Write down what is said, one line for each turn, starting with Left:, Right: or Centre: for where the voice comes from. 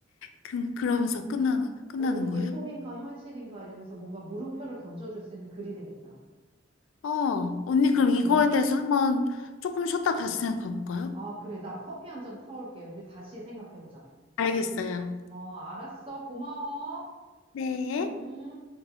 Left: 그, 그러면서 끝나는, 끝나는
Right: 어, 이게
Left: 거예요?
Right: 꿈인가 현실인가 이러면서 뭔가 물음표를 던져줄 수 있는 글이 되겠다.
Left: 어, 언니 그럼 이거에
Right: 너무.
Left: 대해서 한번 조금 쉬었다 다시 생각해 볼까요?
Right: 아, 그래. 나 커피 한잔 타올게. 우리 다시 생각해보자.
Left: 알겠어요.
Right: 어, 알았어. 고마워.
Left: 네.
Right: 음.